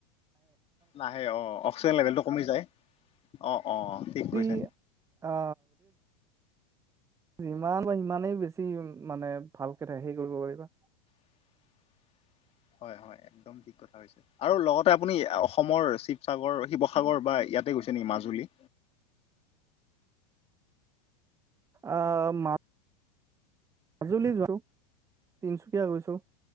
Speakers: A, on the left; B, on the right.
A: নাহে অ অক্সিজেন লেভেলটো কমি যায় অ। অ ঠিক
B: কি
A: কৈছে
B: অ যিমান বা সিমানেই বেছি মানে ভালকে থাকে সেই কৰিব পাৰিবা।
A: <inaudible> হয় হয় একদম ঠিক কথা হৈছে আৰু লগতে আপুনি অসমৰ শিৱসাগৰ শিৱসাগৰ বা ইয়াতে গৈছে নেকি মাজুলী?
B: আ মা। মাজুলী যোৱা তিনচুকীয়া গৈছো।